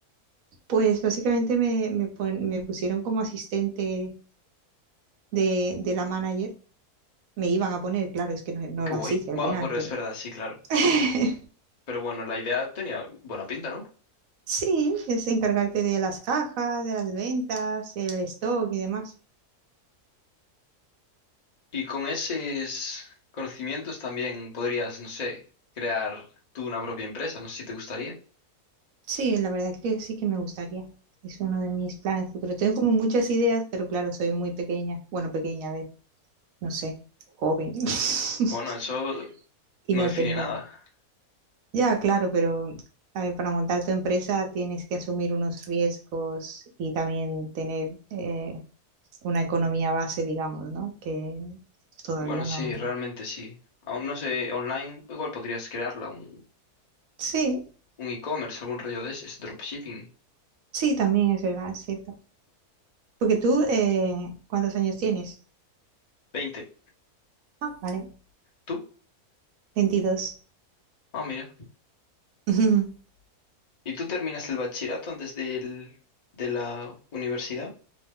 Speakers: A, on the right (about 65°); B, on the left (about 35°).
A: Pues básicamente me, me pon- me pusieron como asistente de, de la manager. Me iban a poner, claro, es que no, no
B: Oh, qué
A: las
B: guay.
A: hice al
B: Bueno,
A: final,
B: bueno,
A: pero
B: es verdad, sí, claro.
A: <laughs>
B: Pero bueno, la idea tenía buena pinta, ¿no?
A: sí, es encargarte de las cajas, de las ventas, el stock y demás.
B: Y con esos conocimientos también podrías, no sé, crear tú una propia empresa, no sé si te gustaría.
A: Sí, la verdad es que sí que me gustaría. Es uno de mis planes futuros. Tengo como muchas ideas, pero claro, soy muy pequeña. Bueno, pequeña, a ver, no sé, joven. <laughs>
B: Bueno, eso
A: y
B: no
A: no
B: define
A: tengo.
B: nada.
A: Ya, claro, pero a ver, para montar tu empresa tienes que asumir unos riesgos y también tener eh, una economía base, digamos, ¿no? Que todavía
B: Bueno, sí,
A: no.
B: realmente sí. Aún no sé, online igual podrías crearla, un,
A: Sí,
B: un e-commerce, algún rollo de ese, es dropshipping.
A: sí, también es verdad, es cierto. Porque tú, eh, ¿cuántos años tienes?
B: veinte
A: Ah, vale,
B: ¿Tú?
A: veintidós
B: Ah, mira.
A: <laughs>
B: ¿Y tú terminas el bachillerato antes del, de la universidad?